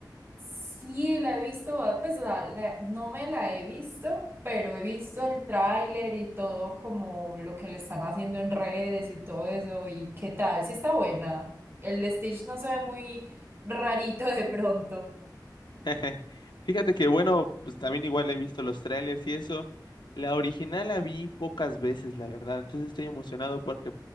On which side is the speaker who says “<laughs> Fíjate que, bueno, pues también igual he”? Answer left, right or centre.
Left